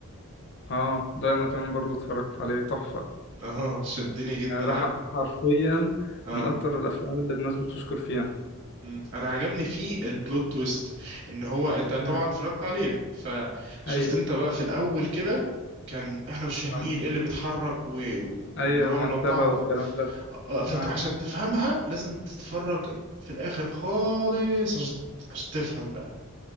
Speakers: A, on the left; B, on the right.
A: اه ده انا كمان برضو اتفرجت عليه تحفة
B: اه شدني جدا
A: يعني ده
B: عارف
A: ح- حرفيا
B: اه
A: من اكتر الافلام اللي الناس بتشكر فيها
B: مم. انا عجبني فيه البلوت تويست ان هو انت طبعا
A: امم
B: اتفرجت عليه فشفت
A: اي
B: انت بقى في الاول كده كان احنا مش فاهمين
A: عم-
B: ايه اللي بيتحرك و... ورمله
A: اي المكتبة
B: بتاع على الارض
A: والكلام ده
B: آه، فت-
A: اه
B: عشان تفهمها لازم تتفرج في الاخر خالص عشان عشان تفهم بقى